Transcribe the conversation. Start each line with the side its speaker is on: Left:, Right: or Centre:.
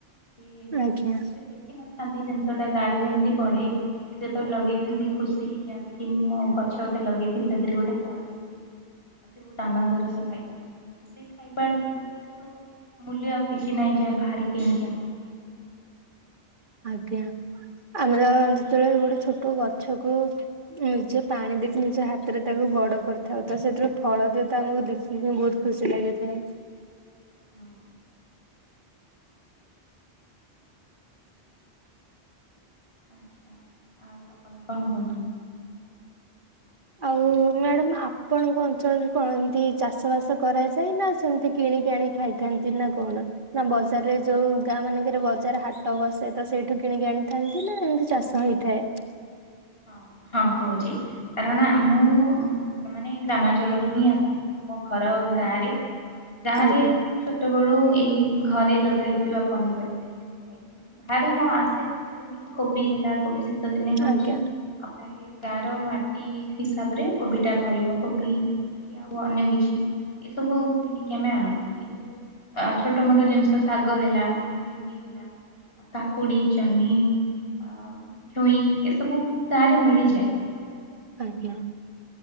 Left: <unintelligible>
Right: ଆଜ୍ଞା
Left: କେବେ ଦେଖିନ ଥାନ୍ତି ଜିନିଷ ଟା ଗାଁରେ ଯେମିତି ବଢେ କି ଯେତେବେଳେ ଲଗେଇଥାନ୍ତି ଖୁସି ହେଇଯାଆନ୍ତି କି ମୁଁ ଗଛ ଗୋଟେ ଲଗେଇଥିଲି ତା ଦେହରେ ଗୋଟେ ଫଳ ହେଇଚି। ତାକୁ ବହୁତ ଆନନ୍ଦର ସହିତ ଖାଇଥାନ୍ତି। ସେ ଖାଇବା ଠାରୁ ମୂଲ୍ୟ ଆଉ କିଛି ନାହିଁ ଯାହା ବାହାରେ କିଣିକି ଆଣିକି ଖାଇ। <inaudible>
Right: ଆଜ୍ଞା। ଆମର ଯେତେବେଳେ ଗୋଟେ ଛୋଟ ଗଛକୁ ନିଜେ ପାଣି ଦେଇକି ନିଜ ହାତରେ ତାକୁ ବଡ କରିଥାଉ ତ ସେଥିରୁ ଫଳ ଦିଏ ତ ଆମକୁ ଦେଖିକି ବହୁତ ଖୁସି ଲାଗିଥାଏ।
Left: ହୁଁ। ଆଚ୍ଛା। ଆଉ ଆପଣ କଣ କୁହନ୍ତୁ?
Right: ଆଉ ମ୍ୟାଡାମ ଆପଣଙ୍କ ଅଞ୍ଚଳରେ କଣ ଏମତି ଚାଷ ବାସ କରାଯାଏ ନା ସେମିତି କି ସେଇଠି ଆଣି ଖାଇଥାନ୍ତି ନା କଣ ନା ବ <unintelligible> ଯୋଉ ଗାଁ ମାନଙ୍କରେ ବଜାର ହାଟ ବସେ ତ ସେଇଠୁ କିଣିକି ଆଣିଥାନ୍ତି ନା ଏମିତି ଚାଷ ହେଇଥାଏ।
Left: <inaudible> ହଁ ହଁ କହୁଚି କାରଣ ଆ ମୁଁ ମାନେ ଗ୍ରାମାଞ୍ଚଳରୁ ହିଁ ଆସୁ ମୋ ଘର ଗାଁ ରେ। ଗାଁ
Right: ଆଜ୍ଞା
Left: ରେ କଣ ଛୋଟ ବେଳୁ ଏଇ ଘରେ ଲଗା ହେଇଥିବା ପନିପରିବା ହିଁ ଆମେ ବାହାରେ ହଁ ଆସେ କେତେ କେମିତି କୋବି ହେଲା କୋବି ଶୀତ ଦିନେ ହଉଚି।
Right: ଆଜ୍ଞା
Left: ଆଉ ପ୍ରାୟ ଗାଁ ର ମାଟି ହିସାବରେ କୋବି ଟା ଫଳିବ। କୋବି କି ଆଉ ଅନ୍ୟ କିଛି। ଏସବୁ କିଣିକି ଆମେ ଆଣୁ। କିନ୍ତୁ ଅ ଛୋଟ ମୋଟ ଜିନିଷ ଶାଗ ହେଲା ଭେଣ୍ଡି ହେ କାକୁଡି, ଜହ୍ନି ଆଉ ଛୁଇଁ ଏସବୁ ଗାଁରେ ମିଳିଯାଏ।
Right: ଆଜ୍ଞା।